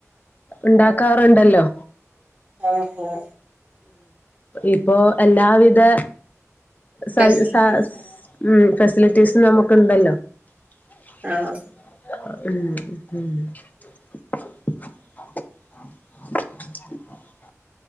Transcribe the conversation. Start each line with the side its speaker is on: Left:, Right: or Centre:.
Left: ഇണ്ടാക്കാറ്ണ്ടല്ലോ
Right: ആഹ് അഹ്
Left: ഇപ്പൊ എല്ലാവിധ സഹ്
Right: ഫെസിലിറ്റീസ്
Left: സ ഉം ഫസ്റ്റ ഫ്ലീറ്റീസ് നമുക്ക് ഇണ്ടല്ലോ ആഹ്
Right: ആഹ്
Left: ഉം ഉം